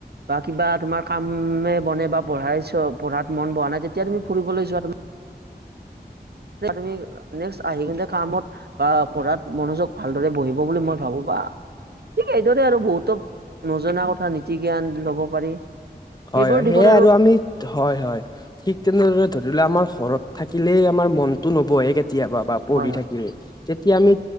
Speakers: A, on the right (about 70°); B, on the left (about 25°).
A: বা কিবা তোমাৰ কামে বনে বা পঢ়াইছ পঢ়াত মন বহা নাই তেতিয়া তুমি ফুৰিবলৈ যোৱা তুমি যে তুমি নেচক আহি কিন্তয়া কামত বা পঢ়াত মনোজক ভালদৰে বহিব বুলি মই ভাবো বা। ঠিক এইদৰে আৰু বহুতো নজনা কথা নীতি জ্ঞান লব পাৰি।
B: হয়ঁ
A: সেইবোৰ
B: হয়ঁ
A: দিশত
B: সেয়ে আৰু আমি হয়ঁ হয়ঁ। ঠিক তেনেদৰে ধৰি লোৱা আমাৰ ঘৰত থাকিলেই আমাৰ মনতটো নবহে কেতিয়াবা বা পঢ়ি
A: হয় হয়
B: থাকিলে্ তেতিয়া আমি